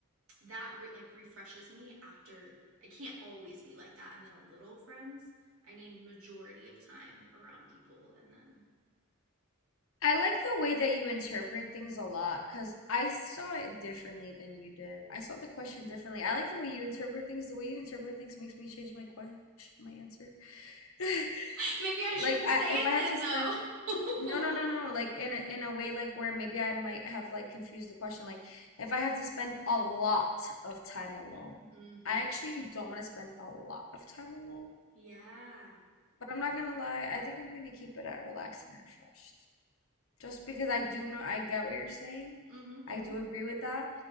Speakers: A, on the right; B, on the left.
A: that re- like refreshes me after I can't always be like that and then a little friends. I need majority of time around people and then
B: I like the way that you interpret things a lot because I saw it differently than you did. I saw the question differently. I like the way you interpret things. The way you interpret things makes me change my question, my answer. <laughs>
A: <laughs> Maybe I shouldn't
B: Like I
A: say
B: if
A: it
B: I have
A: then
B: to
A: though.
B: spend
A: <laughs>
B: no no no no like in a, in a way like where maybe I might have like confused the question like if I have to spend a lot of time alone.
A: mm-hmm.
B: I actually don't want to spend a lot of time alone,
A: Yeah.
B: but I'm not gonna lie, I think I'm gonna keep it at relaxed and refreshed. Just because I do know I get what you're saying.
A: Mm-hmm,
B: I
A: mm-hmm.
B: do agree with that,